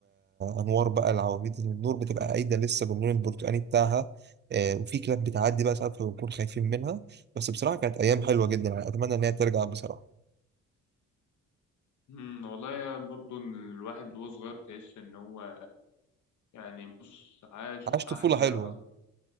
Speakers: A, on the right; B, on the left.
A: انوار بقى العواميد النور بتبقى قايده لسه باللون البرتقاني بتاعها آه، وفي كلاب بتعدي بقى ساعات فبنكون خايفين منها بس بصراحه كانت ايام حلوه جدا يعني اتمنى ان هي ترجع بصراحه
B: امم والله يا برضو الواحد وهو صغير تحس ان هو يعني بص عاش
A: عشت
B: احلى
A: طفوله حلوه
B: لحظات